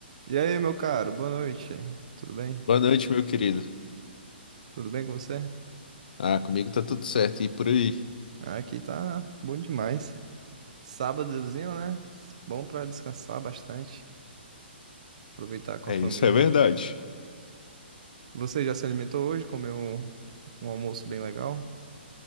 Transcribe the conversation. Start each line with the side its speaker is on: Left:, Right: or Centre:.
Right: E aí, meu caro, boa noite. Tudo bem?
Left: Boa noite, meu querido.
Right: Tudo bem com você?
Left: Ah, comigo tá tudo certo e por aí.
Right: Ah, Aqui tá bom demais. Sábadozinho, né? Bom pra descansar bastante, aproveitar com
Left: É,
Right: a família.
Left: isso é verdade.
Right: Você já se alimentou hoje? Comeu um, um almoço bem legal?